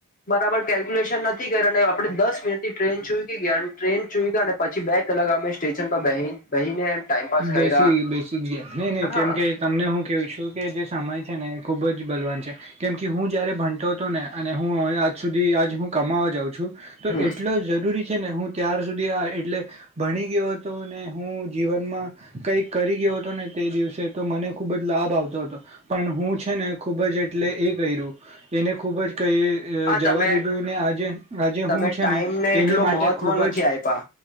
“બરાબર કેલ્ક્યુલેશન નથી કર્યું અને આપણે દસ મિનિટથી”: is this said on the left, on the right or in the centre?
Left